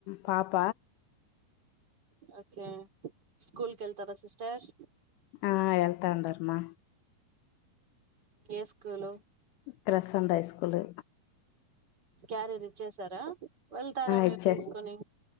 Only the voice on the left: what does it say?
పాప
ఆ వెళ్తా ఉండారు మా
క్రస్ అండ్ హైస్కూలు
ఇచ్చే